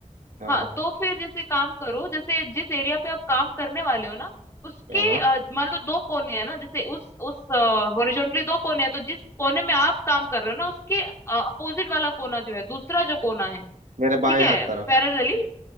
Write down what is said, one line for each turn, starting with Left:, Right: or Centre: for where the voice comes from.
Right: हाँ
Left: हाँ तो फिर जैसे काम करो जैसे जिस एरिया पे आप काम करने वाले हो ना उसके
Right: हाँ
Left: अ, मान लो दो कोने हैं ना जैसे उस उस हॉरिजॉन्टली दो कोने हैं तो जिस कोने में आप काम कर रहे हो ना उसके अपोजिट वाला कोना जो है दूसरा जो कोना है
Right: मेरे बाएं
Left: ठीक है
Right: हाथ तरफ
Left: पैरेलली